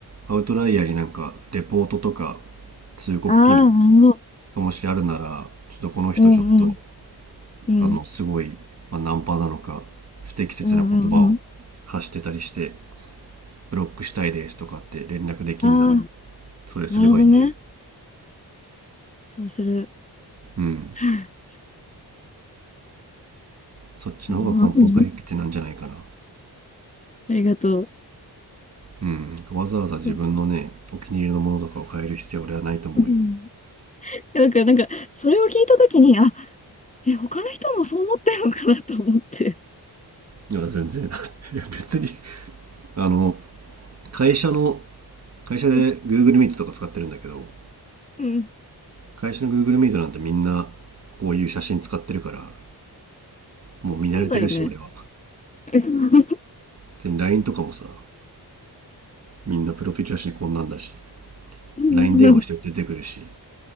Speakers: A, on the right (about 40°); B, on the left (about 20°).
A: アウトライヤーになんかレポートとか通告機能
B: ああ、も
A: がもしあるなら、ちょっとこの人ちょっと
B: う、うん、うん、うん、
A: あの、すごい、まあ、ナンパなのか、不適切な言葉を発してたりして、
B: うん、うん、うん。
A: ブロックしたいですとかって連絡できんなら、
B: ああ、
A: それすればいいんじゃない
B: なるほどね。そうする。
A: うん。
B: <laughs>
A: そっちの方が根本解決なんじゃないかな。
B: そう、うんありがとう。
A: うん。わざわざ自分のね、
B: そう
A: お気に入りのものとかを変える必要は俺はないと思うよ。
B: うん。なんか、なんか、それを聞いたときに、あ、え、他の人もそう思ってるのかなと思って。
A: いや、全然 <laughs>。いや、別にあの、会社の、会社で
B: うん、
A: Google Meet とか使ってるんだけど、
B: うん、
A: 会社の Google Meet なんてみんなこういう写真使ってるから、もう見慣れてるし、
B: そうだよね。
A: 俺は。
B: うん
A: 別に LINE とかもさ、みんなプロフィールだしこんなんだし
B: うん
A: LINE 電話して出てくるし